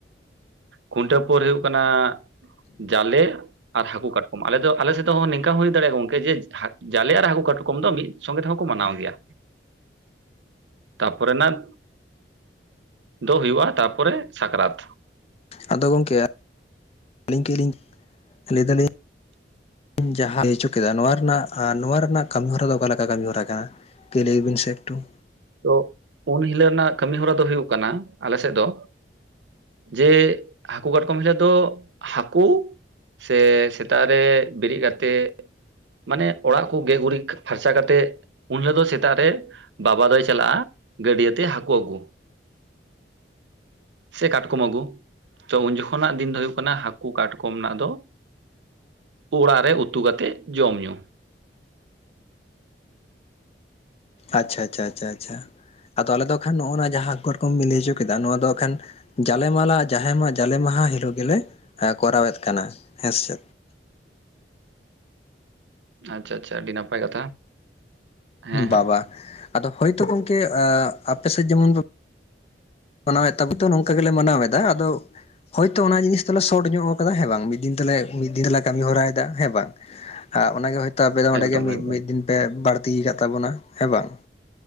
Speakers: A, on the right; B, on the left.
A: ᱠᱷᱩᱱᱴᱟᱹᱣ ᱯᱚᱨᱮ ᱦᱩᱭᱩᱜ ᱠᱟᱱᱟ ᱡᱟᱞᱮ ᱟᱨ ᱦᱟᱹᱠᱩ ᱠᱟᱴᱠᱚᱢ ᱟᱞᱮ ᱫᱚ ᱟᱞᱮ ᱥᱮᱫ ᱫᱚ ᱦᱚᱸ ᱱᱤᱝᱠᱟ ᱦᱚᱸ ᱦᱩᱭ ᱫᱟᱲᱮᱭᱟᱜᱼᱟ ᱜᱚᱢᱠᱮ ᱡᱮ ᱡᱟᱞᱮ ᱟᱨ ᱦᱟᱹᱠᱩ ᱠᱟᱴᱠᱚᱢ ᱫᱚ ᱢᱤᱫ ᱥᱚᱸᱜᱮ ᱛᱮ ᱦᱚᱸ ᱠᱚ ᱢᱟᱱᱟᱣ ᱜᱮᱭᱟ ᱛᱟᱯᱚᱨᱮ ᱱᱟᱜ ᱫᱚ ᱦᱩᱭᱩᱜᱼᱟ ᱛᱟᱯᱚᱨᱮ ᱥᱟᱠᱨᱟᱛ
B: ᱟᱫᱚ ᱜᱚᱢᱠᱮ <inaudible> ᱞᱟᱹᱭ ᱫᱟᱞᱤᱧ <unintelligible> ᱡᱟᱦᱟᱸ ᱦᱚᱪᱚ ᱠᱮᱫᱟ ᱱᱚᱣᱟ ᱨᱮᱱᱟᱜ ᱱᱚᱣᱟ ᱨᱮᱱᱟᱜ ᱠᱟᱹᱢᱤ ᱦᱚᱨᱟ ᱫᱚ ᱚᱠᱟᱞᱮ ᱠᱟᱹᱢᱤ ᱦᱚᱨᱟ ᱠᱟᱱᱟ ᱞᱟᱹᱭᱵᱤᱱ ᱥᱮ ᱮᱠᱴᱩ
A: ᱛᱚ ᱩᱱ ᱦᱤᱞᱳᱜ ᱨᱮᱱᱟᱜ ᱠᱟᱹᱢᱤ ᱦᱚᱨᱟ ᱫᱚ ᱦᱩᱭᱩᱜ ᱠᱟᱱᱟ ᱟᱞᱮ ᱥᱮᱫ ᱫᱚ ᱡᱮ ᱦᱟᱹᱠᱩ ᱠᱟᱴᱠᱚᱢ ᱦᱤᱞᱳᱜ ᱫᱚ ᱦᱟᱹᱠᱩ ᱥᱮ ᱥᱮᱛᱟᱜ ᱨᱮ ᱵᱤᱨᱤᱫ ᱠᱟᱛᱮ ᱢᱟᱱᱮ ᱚᱲᱟᱜ ᱠᱚ ᱜᱮ ᱜᱩᱨᱤᱡ ᱯᱷᱟᱨᱪᱟ ᱠᱟᱛᱮᱫ ᱩᱱ ᱦᱤᱞᱳᱜ ᱫᱚ ᱥᱮᱛᱟᱜ ᱨᱮ ᱵᱟᱵᱟ ᱫᱚᱭ ᱪᱟᱞᱟᱜᱼᱟ ᱜᱟᱹᱰᱭᱟᱹ ᱛᱮ ᱦᱟᱹᱠᱩ ᱟᱹᱜᱩ <inaudible> ᱥᱮ ᱠᱟᱴᱠᱚᱢ ᱟᱹᱜᱩ ᱛᱚ ᱩᱱ ᱡᱚᱠᱷᱚᱱᱟᱜ ᱫᱤᱱ ᱫᱚ ᱦᱩᱭᱩᱜ ᱠᱟᱱᱟ ᱦᱟᱹᱠᱩ ᱠᱟᱴᱠᱚᱢ ᱨᱮᱱᱟᱜ ᱫᱚ ᱚᱲᱟᱜ ᱨᱮ ᱩᱛᱩ ᱠᱟᱛᱮᱫ ᱡᱚᱢᱼᱧᱩ
B: ᱟᱪᱪᱷᱟ ᱟᱪᱪᱷᱟ ᱟᱪᱷᱟ ᱟᱪᱷᱟ ᱟᱫᱚ ᱟᱞᱮ ᱫᱚ ᱟᱠᱷᱟᱱ ᱱᱚ ᱱᱚᱣᱟ ᱡᱟᱦᱟ ᱠᱟᱹᱴᱠᱚᱢ ᱵᱮᱤᱱ ᱞᱟᱹᱭ ᱦᱚᱪᱚ ᱠᱮᱫᱟ ᱱᱚᱣᱟ ᱫᱚ ᱟᱠᱷᱟᱱ ᱡᱟᱞᱮ ᱢᱟᱞᱟ ᱡᱟᱦᱮᱢᱟᱜ ᱡᱟᱞᱮ ᱢᱟᱦᱟ ᱦᱤᱞᱳᱜ ᱜᱮᱞᱮ ᱠᱚᱨᱟᱣᱮᱫ ᱠᱟᱱᱟ ᱦᱮᱸ ᱥᱮ
A: ᱟᱪᱪᱷᱟ ᱟᱪᱪᱷᱟ ᱟᱹᱰᱤ ᱱᱟᱯᱟᱭ ᱠᱟᱛᱷᱟ ᱦᱮᱸ ᱦᱮᱸ
B: ᱵᱟᱵᱟ ᱟᱫᱚ ᱦᱳᱭ ᱛᱚ ᱜᱚᱢᱠᱮ ᱟᱯᱮ ᱥᱮᱫ ᱡᱮᱢᱚᱱ ᱢᱟᱱᱟᱣᱮᱫ ᱛᱟᱵᱚ ᱛᱚ ᱱᱚᱝᱠᱟ ᱜᱮᱞᱮ ᱢᱟᱱᱟᱣ ᱮᱫᱟ ᱟᱫᱚ ᱦᱳᱭᱛᱳ ᱚᱱᱟ ᱡᱤᱱᱤᱥ ᱫᱚᱞᱮ ᱥᱚᱴ ᱧᱚᱜ ᱠᱟᱫᱟ ᱦᱮᱸ ᱵᱟᱝ ᱢᱤᱫ ᱫᱤᱱ ᱛᱮᱞᱮ ᱢᱤᱫ ᱫᱤᱱ ᱛᱮᱞᱮ ᱠᱟᱹᱢᱤ ᱦᱚᱨᱟᱭ ᱫᱟ ᱦᱮᱸ ᱵᱟᱝ ᱟᱜ ᱚᱱᱟᱜᱮ ᱦᱳᱭᱛᱳ ᱟᱯᱮ ᱫᱚ
A: ᱮᱠᱫᱚᱢ
B: ᱚᱸᱰᱮᱜ ᱢᱤᱫ
A: ᱮᱠᱫᱚᱢ
B: ᱢᱤᱫ ᱫᱤᱱ ᱯᱮ ᱵᱟᱹᱲᱛᱤ ᱠᱟᱫ ᱛᱟᱵᱚᱱᱟ ᱦᱮᱸ ᱵᱟᱝ